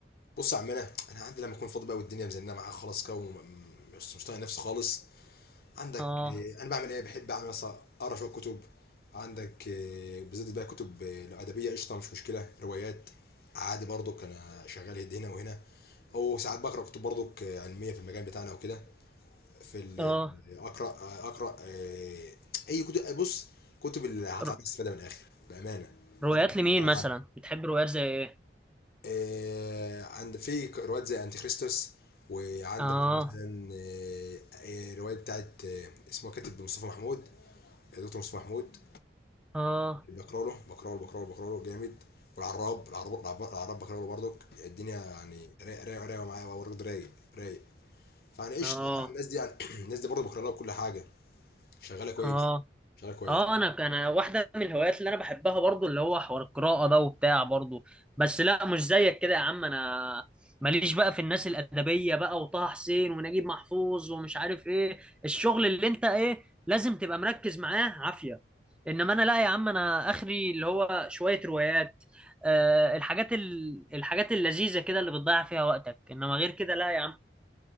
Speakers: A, on the left; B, in the centre.
A: بص يا عمنا انا عندي لما اكون فاضي بقى والدنيا مزنقه معايا خلاص كده وم- مش مش طايق نفسي خالص عندك
B: اه
A: آه، انا بعمل ايه بحب اعمل مثلا اقرا شويه كتب عندك آه، بالذات بقى كتب آه، لو ادبيه قشطه مش مشكله روايات عادي برضك انا شغال يد هنا وهنا او ساعات بقرا كتب برضك آه، علميه في المجال بتاعنا وكده في ال-
B: اه
A: آه، اقرا آه، اقرا آه، اي كتب بص كتب اللي هتعمل
B: ر-
A: استفاده من الاخر بامانه
B: روايات
A: ده ده
B: لمين
A: أكتر
B: مثلا
A: حاجة.
B: بتحب روايات زي ايه
A: آه، عند في روايات زي انتي كريستوس وعندك
B: اه
A: مثلا آه، آه، روايه بتاعت آه، اسمه كاتب مصطفى محمود دكتور مصطفى محمود
B: اه
A: بقرا له بقرا له بقرا له بقرا له جامد والعراب العراب العراب العراب بقرا له برضك الدنيا يعني رايق رايق رايق معايا برضه رايق رايق فانا قشطه
B: اه
A: يعني الناس دي يعني <clears throat> الناس دي برضه بقرا لها كل حاجه شغاله كويس
B: اه
A: شغاله كويس
B: اه انا انا واحده من الهوايات اللي انا بحبها برضو اللي هو حوار القراءه ده وبتاع برضو بس لا مش زيك كده يا عم انا ماليش بقى في الناس الادبيه بقى وطه حسين ونجيب محفوظ ومش عارف ايه الشغل اللي انت ايه لازم تبقى مركز معاه عافيه انما انا لا يا عم انا اخري اللي هو شويه روايات آه الحاجات ال... الحاجات اللذيذه كده اللي بتضيع فيها وقتك انما غير كده لا يا عم